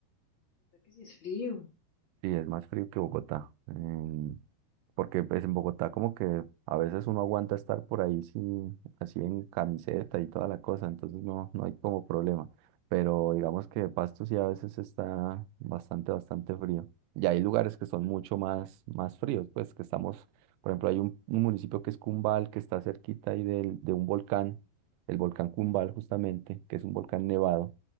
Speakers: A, on the left; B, on the right.
A: O sea, que sí es frío.
B: Sí, es más frío que Bogotá. em, porque pues en Bogotá como que a veces uno aguanta estar por ahí sí, así en camiseta y toda la cosa, entonces no, no hay como problema. Pero digamos que Pasto sí a veces está bastante, bastante frío. Y hay lugares que son mucho más, más fríos, pues que estamos, por ejemplo, hay un, un municipio que es Cumbal, que está cerquita ahí del- de un volcán, el volcán Cumbal justamente, que es un volcán nevado.